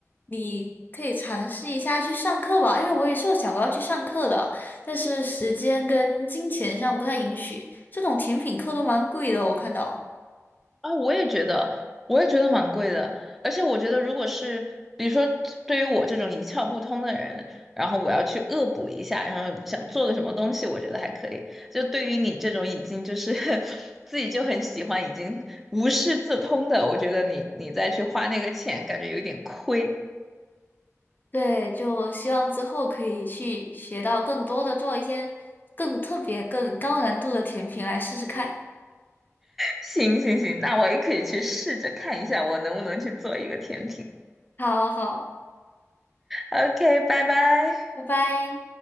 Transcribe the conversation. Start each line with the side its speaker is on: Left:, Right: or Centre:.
Left: 你可以尝试一下去上课吧，因为我也是有想过要去上课的，但是时间跟金钱上不太允许。这种甜品课都蛮贵的，我看到。
Centre: 啊，我也觉得，我也觉得蛮贵的。而且我觉得，如果是比如说对于我这种一窍不通的人，然后我要去恶补一下，然后想做个什么东西，我觉得还可以。就对于你这种已经就是 <laughs> 自己就很喜欢，已经无师自通的，我觉得你你再去花那个钱，感觉有点亏。
Left: 对，就希望之后可以去学到更多的，做一些更特别、更高难度的甜品来试试看。
Centre: 行行行，那我也可以去试着看一下，我能不能去做一个甜品。
Left: 好好，
Centre: OK，拜拜。
Left: 拜拜。